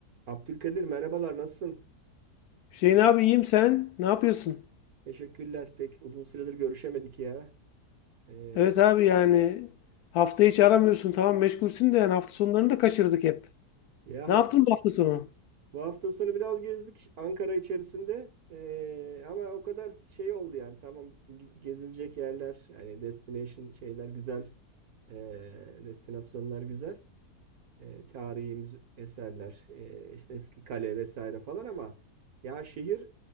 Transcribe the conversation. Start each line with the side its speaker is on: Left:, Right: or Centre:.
Right: Abdülkadir merhabalar nasılsın?
Left: Hüseyin abi iyiyim sen. Ne yapıyorsun?
Right: Teşekkürler. Pek uzun süredir görüşemedik ya. Ee,
Left: Evet abi yani hafta hiç aramıyorsun. Tamam meşgulsün de yani hafta sonlarını da kaçırdık hep.
Right: ya
Left: Ne
Right: hafta,
Left: yaptın bu hafta sonu?
Right: bu hafta sonu biraz gezdik Ankara içerisinde. Ee, ama o kadar şey oldu yani. Tamam ge- gezilecek yerler, yani destination şeyler güzel. Ee, destinasyonlar güzel. Ee, tarihi müze- eserler, ee, işte eski kale vesaire falan ama ya şehir